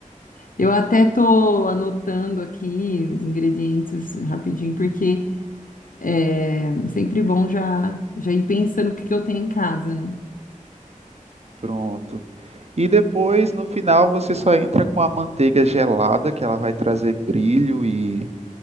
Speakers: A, on the left; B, on the right.
A: Eu até tô anotando aqui os ingredientes rapidinho, porque é sempre bom já, já ir pensando o que que eu tenho em casa, né?
B: Pronto. E depois, no final, você só entra com a manteiga gelada, que ela vai trazer brilho e,